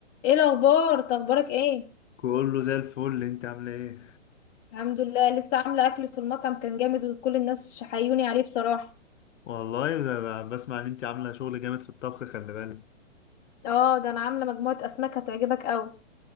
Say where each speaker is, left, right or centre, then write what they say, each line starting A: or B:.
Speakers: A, on the left; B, on the left.
A: ايه الاخبار اخبارك ايه
B: كله زي الفل انت عامله ايه
A: الحمد لله لسه عامله اكل في المطعم كان جامد وكل الناس حيوني عليه بصراحه
B: والله ده ب- بسمع ان انت عامله شغل جامد في الطبخ خلي بالك
A: اه ده انا عامله مجموعه اسماك هتعجبك قوي